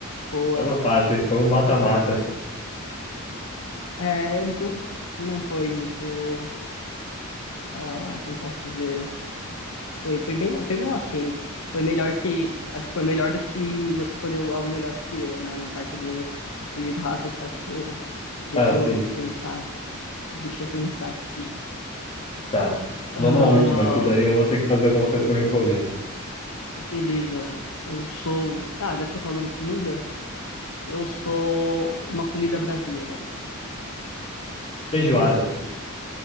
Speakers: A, on the left (about 70°); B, on the left (about 30°).
A: Boa.
B: É uma fácil, foi um mata-mata.
A: É, não, não foi muito, ah, como posso dizer? Foi, foi bem, foi bem ok. Foi melhor que. Acho que foi melhor do que você escolheu algo melhor do que eu, né? Na parte do ter escolhido raça de cachorro. Deixa
B: Ah, sim.
A: eu pensar aqui. Deixa eu pensar aqui.
B: Tá.
A: Ah,
B: Vamos à última, que daí eu vou ter que fazer alguma coisa pra mim comer.
A: beleza. Eu sou. Ah, já que você falou em comida, eu sou uma comida brasileira.
B: Feijoada.